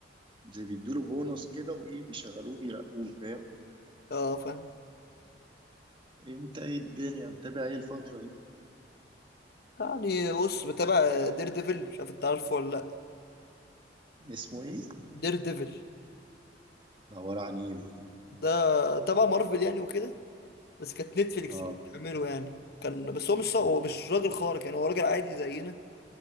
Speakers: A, on the right (about 30°); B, on the left (about 60°).
A: زي بيدوله بونص كده وايه بيشغلوه بيرقوه فاهم
B: اه فاهم
A: انت ايه الدنيا متابع ايه الفترة دي
B: يعني بص بتابع دير ديفل مش عارف انت عارفه ولا لا
A: اسمه ايه
B: دير ديفل
A: ده عبارة عن ايه ده؟
B: ده تبع مارفل يعني وكده بس كانت نتفليكس
A: اه
B: اللي بتعمله يعني كان بس هو مش ص- هو مش راجل خارق يعني هو راجل عادي زينا